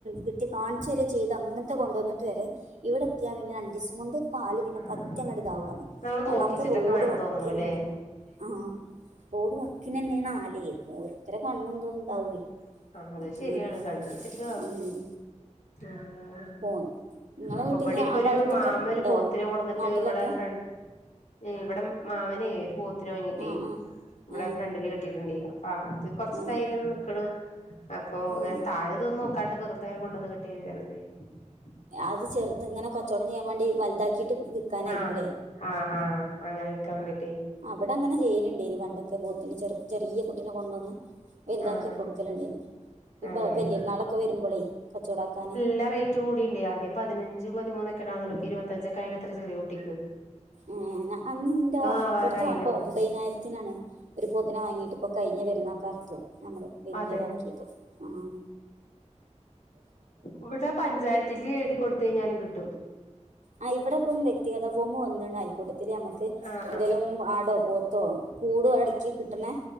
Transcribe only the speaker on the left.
ആഹ്
നമ്മള്
നോക്കിച്ചിട്ടൊക്കെ
വേണം
തോന്നണൂല്ലേ
ഉം
ആഹ് ആഹ് അത്
ശരിയാണ് കണ്ണ് വെച്ചിട്ടാവും
ആഹ്
അപ്പൊ
ഇവിടെ ഇപ്പൊ
ഒരു
മാമ
ഒരു പോത്തിനെ കൊണ്ട് വന്നിട്ട്
ഇവിടെ ഫ്രണ്ട് ഇവിടെ മാമനെ ഒരു പോത്തിനെ വങ്ങിട്ടേ
ഇവിടെ
ഫ്രണ്ടില് കെട്ടിട്ടുണ്ട് അപ്പ അത് കൊറച്ച്
ദിവസായി ഇങ്ങനെ നിക്കണ് അപ്പൊ അങ്ങനെ
താഴെ ഇതൊന്നും നോക്കാണ്ട് വെറുതെ കൊണ്ടു വന്ന് <unintelligible>
ആഹ് ആഹ് ആഹ് അങ്ങനെ വിക്കാൻ വേണ്ടിട്ടേ
ആഹ്
ആഹ്
എല്ലാം റേറ്റ് കൂടിയുണ്ട് ആദ്യം പതിനഞ്ചും പതിമൂന്നൊക്കൊണന്നള്ളൂ ഇരുപഞ്ചൊക്കെ ആയി എത്ര ചെറിയ കുട്ടിക്കും
ആവാറായില്ലോ
അതെ
ഇവിടെ പഞ്ചായത്തില് എഴുതി കൊടുത്ത കഴിഞ്ഞാലും കിട്ടും.
ആഹ്